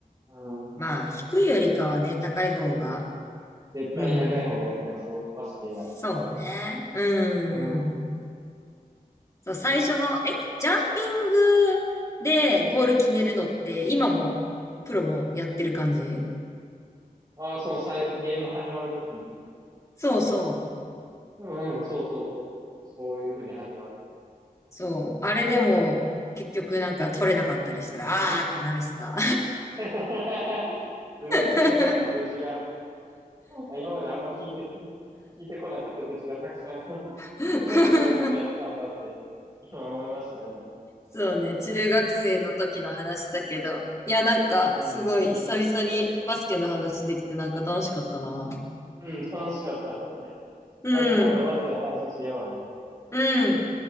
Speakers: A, on the right; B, on the left.
A: うん、
B: まあ、低いよりかはね、高い方が、
A: 絶対高い方がいいかな、
B: うん。
A: そう、バスケだったら。
B: そうね。うん、
A: うん。
B: うん。そう、最初の、え、ジャンピングでボール決めるのって、今も、プロもやってる感じ
A: ああ、そのさい、ゲーム始まるとき。
B: そうそう。
A: うんうん、そうそうそう。そういう風に始まる。
B: そう。あれでも、結局なんか取れなかったりしたら、あーってなるしさ。
A: <laughs> すごい、センターの愚痴が、
B: <laughs>
A: 今まであんま聞いて、<laughs> 聞いてこなかった愚痴がたくさん <laughs>
B: <laughs>
A: そんなこと思ってやってたんだって、今思いましたね。
B: そうね、中学生の時の話だけど。いや、なんか、
A: うん。
B: すごい、久々にバスケの話できて、なんか楽しかったな。
A: うん、楽しかった。
B: うん、
A: なんかまたバスケの話しようね。
B: うん。